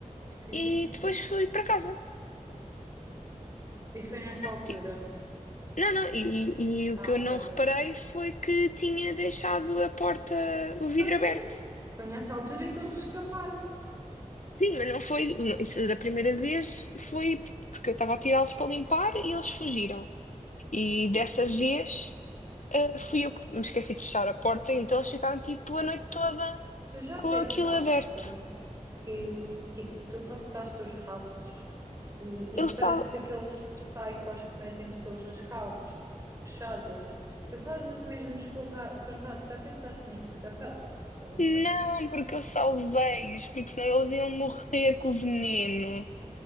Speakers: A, on the right; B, on the left.
A: sim,
B: e
A: sim.
B: depois fui para casa.
A: E foi nessa altura.
B: Tipo, não, não, e, e o
A: Ah,
B: que eu
A: ok.
B: não reparei foi que tinha deixado a porta, o vidro
A: Então sim,
B: aberto.
A: foi nessa altura que eles escaparam.
B: Sim, mas não foi, não, isso da primeira vez foi porque eu estava a tirá-los para limpar e eles fugiram. E dessa vez, ah, fui eu que me esqueci de fechar a porta, então eles ficaram tipo a noite toda
A: Tu já
B: com
A: pensaste
B: aquilo aberto.
A: que, tipo, tu raptaste os ratos E
B: Eu
A: isto
B: só,
A: parece daqueles psychos que metem pessoas nas caves, fechadas. Tu fazes os mesmos com o ra- que os ratos, já pensaste nisso? Já paraste para pensar?
B: Não, porque eu salvei-os, porque senão eles iam morrer com o veneno.